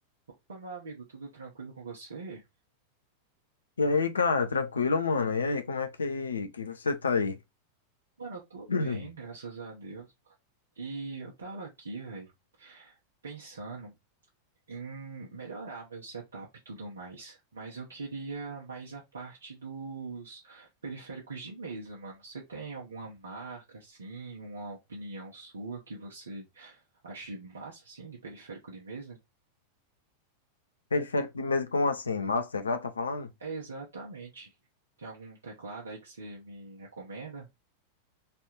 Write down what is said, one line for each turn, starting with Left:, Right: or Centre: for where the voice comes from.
Right: Opa, meu amigo, tudo tranquilo com você?
Left: E aí, cara, tranquilo, mano? E aí, como é que, que você tá aí?
Right: Mano, eu tô
Left: <clears throat>
Right: bem, graças a Deus. E eu tava aqui, velho, pensando em melhorar meu setup e tudo mais. Mas eu queria mais a parte dos periféricos de mesa, mano. Você tem alguma marca, assim, uma opinião sua que você ache massa, assim, de periférico de mesa?
Left: Periférico de mesa, como assim? Mouse, teclado, tá falando?
Right: É exatamente. Tem algum teclado aí que você me recomenda?